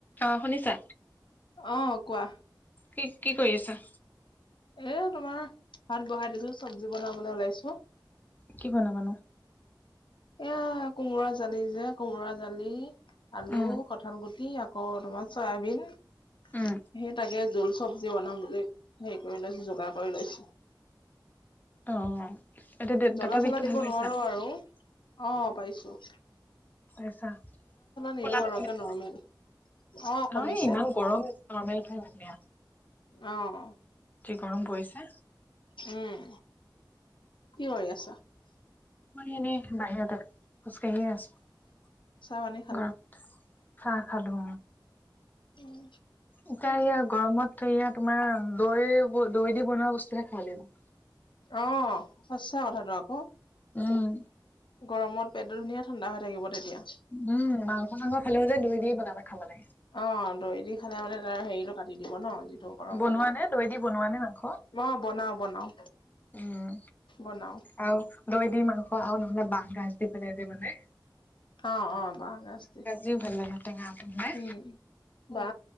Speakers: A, on the left; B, on the left.
A: অ শুনিছা
B: অ কোৱা
A: কি কি কৰি আছা
B: এ তোমাৰ ভাত বহাই দিছো চব্জি বনাবলৈ ওলাইছো
A: কি বনাবা
B: এয়া কোমোৰা দালি যে কোমোৰা দালি আলু
A: উম
B: কঠাল গুটি কি আকৌ তোমাৰ চয়াবিন
A: উম
B: সেই তাকে জোল চব্জি বনাম বুলি হেৰি কৰি লৈছো যোগাৰ কৰি লৈছো
A: অ এতিয়া
B: জ্বলা
A: দাঁতৰ বিষটো
B: চলা দিব
A: ভাল পাইছা
B: নোৱাৰো আৰু অ পাইছো
A: আছা
B: নিদো
A: ফোলাটো
B: আৰু
A: কমছিলে
B: একে নৰ্মেল অ কমিছে
A: নহয় ইমান গৰম নৰ্মেল থয় মানুহে
B: অ
A: কি গৰম পৰিছে
B: উম কি কৰি আছা
A: এনেই বাহিৰতে খোজকাঢ়িয়ে আছো
B: চাহ পানী
A: গৰম চাহ খালো
B: উম
A: এতিয়া এইয়া গৰমত এয়া তোমাৰ দৈ দৈ দি বনোৱা বস্তুহে খাব লাগিব
B: অ সঁচা কথাটো আক
A: উম
B: গৰমত পেটটো ধুনীয়া ঠাণ্ডা হৈ থাকিব তেতিয়া
A: উম মাংস চাংস খালেও যে দৈ দি বনাব খাব লাগে
B: অ দৈ দি খালে মানে তাৰ হেৰিটো কাটি দিব ন গৰমত
A: বনোৱা নে দৈ দি বনোৱা নে মাংস
B: অ বনাও বনাও
A: উম
B: বনাও
A: আৰু দৈ দি মাংস আৰু নহলে বাঁহ গাজ দি পেলাই দি পেলাই যে বনাই
B: অ অ বাহ গছ দি
A: যি ভাল লাগে টেঙা বনাই
B: উম বা